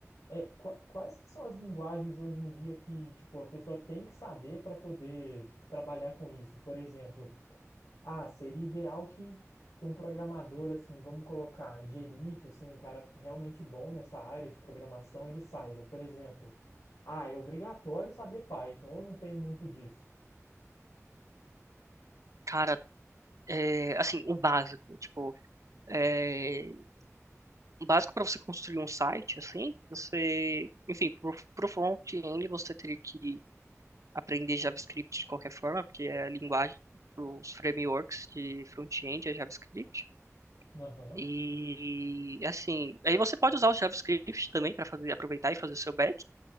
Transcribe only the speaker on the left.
É, qua- quais são as linguagens hoje em dia que, tipo, a pessoa tem que saber para poder trabalhar com isso? Por exemplo, ah, seria ideal que, que um programador, assim, vamos colocar, de elite, assim, um cara realmente bom nessa área de programação, ele saiba, por exemplo, ah, é obrigatório saber Python, ou não tem muito disso?
Aham.